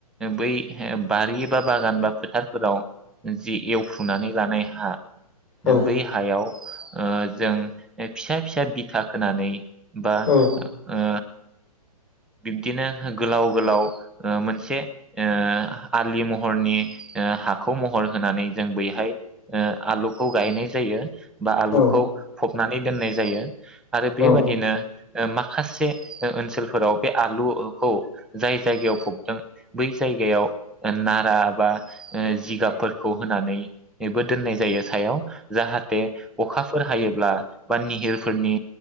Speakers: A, in the centre; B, on the left.
A: बै बारि बा बागान बा फोथारफोराव जि एवफ्रुनानै लानाय हा
B: औ
A: ओ बै हायाव ओ जों फिसा फिसा बिथा खोनानै बा
B: औ
A: ओ बिब्दिनो गोलाव गोलाव ओ मोनसे ओ आलि महरनि ओ हाखौ महर होनानै जों बैहाय ओ आलुखौ गायनाय जायो। बा आलुखौ
B: औ
A: फब नानै दोन्नाय जायो। आरो बेबादिनो
B: औ
A: ओ माखासे ओ ओनसोलफोराव बे आलुओखौ जाय जायगायाव फबदों बै जायगायाव ओ नारा बा ओ जिगाबफोरखौ होनानै नैबो दोन्नाय जायो सायाव। जाहाथे अखा फोर हायोब्ला बा निहिरफोरनि